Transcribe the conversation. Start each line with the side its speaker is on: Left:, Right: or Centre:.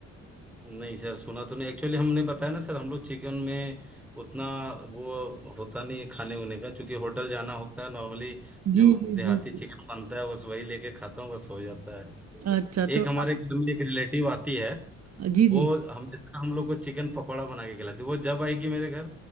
Centre: नहीं सर सुना तो नहीं एक्चुअली हमने बताया ना सर हम लोग चिकन में उतना वो होता नहीं है खाने उने का क्योंकि होटल जाना होता है नॉर्मली
Right: जी
Centre: जो हाँ
Right: जी
Centre: देहाती
Right: जी जी।
Centre: चिकन बनता है बस वही लेके खाता हूँ बस हो जाता है
Right: अच्छा तो
Centre: एक हमारे
Right: आप-
Centre: घर में एक रिलेटिव आती है
Right: जी
Centre: वो
Right: जी
Centre: हमेशा हम लोग को चिकन पकौड़ा बना के खिलाती है वो जब आएगी मेरे घर